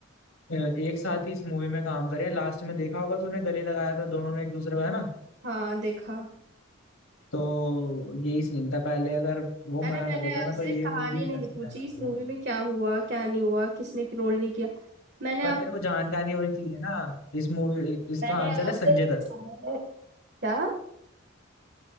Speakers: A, on the left; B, on the right.
A: अ, एक साथ ही इस मूवी में काम करे लास्ट में देखा होगा तूने गले लगाया था दोनों ने एक दूसरे को है ना
B: हाँ देखा
A: तो यही सीन था पहले अगर वो
B: अरे
A: मना
B: मैंने
A: कर देता
B: आपसे
A: ना तो ये
B: कहानी
A: मूवी
B: नहीं
A: ऐसे
B: पूछी
A: रह जाती
B: इस मूवी
A: है
B: में क्या हुआ क्या नहीं हुआ किसने रोल नहीं किया मैंने
A: पर
B: आप
A: तेरे को जानकारी होनी चाहिए ना इस मूवी इसका
B: मैंने
A: आंसर
B: आपसे
A: है संजय
B: पूछा
A: दत्त
B: है क्या